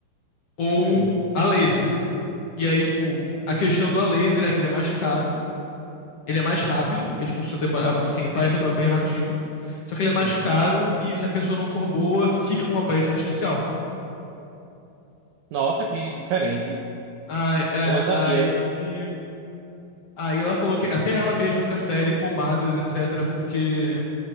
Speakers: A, on the left; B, on the right.
A: ou
B: Hum,
A: a laser. E aí, tipo, a questão do a laser é que ele é mais caro, ele é mais rápido, ele funciona, demora- assim, aparece o resultado bem rapidinho. Só que ele
B: uhum.
A: é mais caro e se a pessoa não for boa, fica com uma aparência artificial.
B: Nossa, que diferente.
A: Aí, é,
B: Eu não sabia.
A: aí Aí ela falou que até ela mesma prefere pomadas, etc., porque